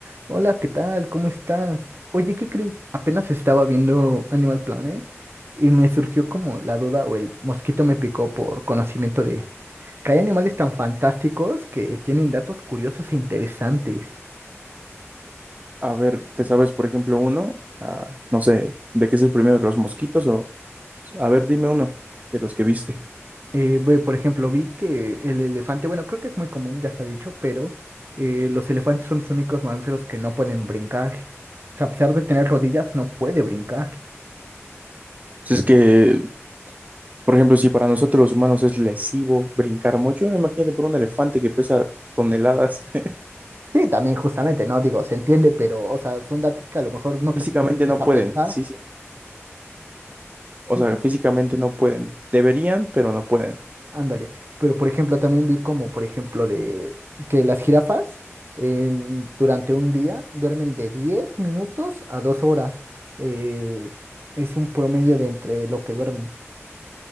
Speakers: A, on the right; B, on the right.
A: Hola, ¿qué tal? ¿Cómo estás? Oye, ¿qué crees? Apenas estaba viendo Animal Planet y me surgió como la duda o el mosquito me picó por conocimiento de que hay animales tan fantásticos que tienen datos curiosos e interesantes.
B: A ver, ¿te sabes, por ejemplo, uno? Ah, no sé, ¿de qué es el primero? ¿Los mosquitos? O, pues, a ver, dime uno de los que viste.
A: Eh, ve, por ejemplo, vi que el elefante, bueno, creo que es muy común, ya se ha dicho, pero eh, los elefantes son los únicos mamíferos que no pueden brincar. O sea, a pesar de tener rodillas, no puede brincar.
B: Si es que, por ejemplo, si para nosotros los humanos es lesivo brincar mucho, imagínate por un elefante que pesa toneladas. <laughs>
A: Sí, también justamente, ¿no? Digo, se entiende, pero, o sea, son datos que a lo mejor no
B: Físicamente
A: que te pusiste
B: no
A: a
B: pueden,
A: pensar.
B: sí, sí. O
A: Sí,
B: sea,
A: sí,
B: físicamente no pueden. Deberían, pero no pueden.
A: ándale. Pero, por ejemplo, también vi como, por ejemplo, de que las jirafas en- durante un día duermen de 10 minutos a 2 horas. Eh, es un promedio de entre lo que duermen.